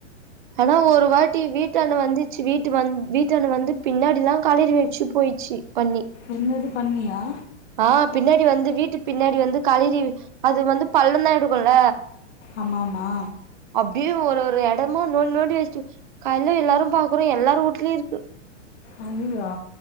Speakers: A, on the right; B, on the left.
A: ஆனா ஒரு வாட்டி வீட்டாண்ணு வந்துச்சு வீட்டு வந் வீட்டாணு வந்து பின்னாடிதா கலறி வச்சு போயிச்சு பன்னி
B: என்னது பன்னியா
A: ஆ பின்னாடி வந்து வீட்டுக்கு பின்னாடி வந்து கலறி அது வந்து பள்ளந்தா எடுக்குல்ல
B: ஆமாமா.
A: அப்டியே ஒரு ஒரு எ டமா நோன் நோண்டி வச்ட்டு கால்ல எல்லாரும் பாக்குறோ எல்லார் வூட்லை இருக்கு
B: அய்யயோ